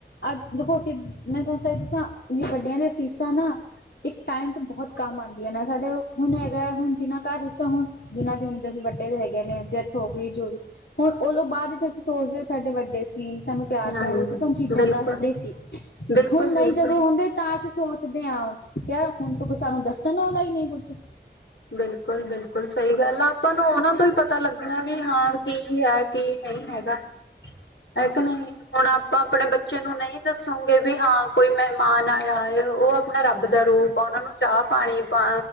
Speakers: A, on the left; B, on the left.
A: ਅੱਜ ਦੇਖੋ ਅਸੀਂ ਮੈ ਥੋਨੂੰ ਸਹੀ ਦੱਸਾਂ ਜੋ ਵੱਡਿਆਂ ਦੀਆਂ ਅਸੀਸਾਂ ਨਾ ਇੱਕ ਟਾਈਮ ਤੋਂ ਬਹੁਤ ਕੰਮ ਆਦੀ ਏ ਨਾ ਸਾਡੇ ਹੁਣ ਹੈਗਾ ਹੁਣ ਜਿਨਾ ਘਰ ਦੱਸੋ ਹੁਣ ਜਿਹਨਾਂ ਦੀ ਹੁਣ ਤੇ ਅਸੀ ਵੱਡੇ ਹੈਗੇ ਨੇ, ਡੈਥ ਹੋ ਗਈ ਜੋ ਵੀ, ਹੁਣ ਓ ਲੋਕ ਬਾਅਦ ਚ ਸੋਚਦੇ ਸਾਡੇ ਵੱਡੇ ਸੀ, ਸਾਨੂੰ ਪਿਆਰ
B: ਹਾਂਜੀ
A: ਕਰਦੇ ਸੀ, ਸਾਨੂੰ ਚੀਜ਼ਾਂ
B: ਬਿਲਕੁਲ
A: ਦੱਸਦੇ ਸੀ,
B: ਬਿਲਕੁਲ
A: ਹੁਣ ਨਹੀਂ
B: ਬਿਲਕੁਲ
A: ਜਦੋਂ ਹੁੰਦੇ ਤਾਂ ਅਸੀਂ ਸੋਚਦੇ ਆ, ਯਾਰ ਹੁਣ ਤੂੰ ਸਾਨੂੰ ਦੱਸਣ ਵਾਲਾ ਹੀ ਨਹੀਂ ਕੁਛ।
B: ਬਿਲਕੁਲ ਬਿਲਕੁਲ ਸਹੀ ਗੱਲ ਆ, ਆਪਾਂ ਨੂੰ ਉਹਨਾਂ ਤੋਂ ਹੀ ਪਤਾ ਲੱਗਣਾ ਵੀ ਹਾਂ ਕੀ ਆ ਕੀ ਨਹੀਂ ਹੈਗਾ, ਹੈ ਕਿ ਨਹੀਂ। ਹੁਣ ਆਪਾਂ ਆਪਣੇ ਬੱਚੇ ਨੂੰ ਨਹੀਂ ਦੱਸੂਗੇ ਵੀ ਹਾਂ ਕੋਈ ਮਹਿਮਾਨ ਆਇਆ ਏ, ਉਹ ਆਪਣਾ ਰੱਬ ਦਾ ਰੂਪ - ਆਪਾਂ ਉਹਨਾਂ ਨੂੰ ਚਾਹ ਪਾਣੀ, ਪਾ